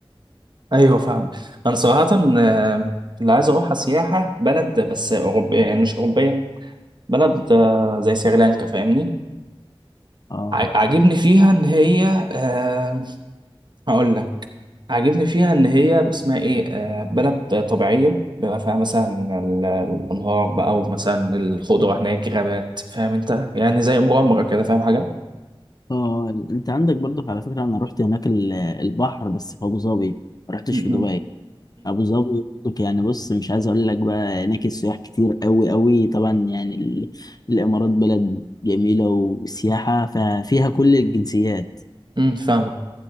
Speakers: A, on the right; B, on the left.
A: ايوه فاهمك انا صراحة آه، اللي عايز اروحها سياحة بلد بس اوروبية يعني مش اوروبية بلد آه، زي سريلانكا فاهمني؟
B: اه
A: ع- عاجبني فيها ان هي أه هقول لك عاجبني فيها ان هي اسمها ايه أه بلد طبيعية بيبقى فيها مثلا ال- الانهار بقى ومثلا الخضرة هناك غابات فاهم انت؟ يعني زي مغامرة كده فاهم حاجة؟
B: اه انت عندك برضو على فكرة انا رحت هناك ال- البحر بس في ابو ظبي ما رحتش
A: امم
B: في دبي ابو ظبي برضو يعني بص مش عايز اقول لك بقى هناك السياح كتير قوي قوي طبعا يعني ال- الامارات بلد جميلة وسياحة ففيها كل الجنسيات
A: امم فاهمك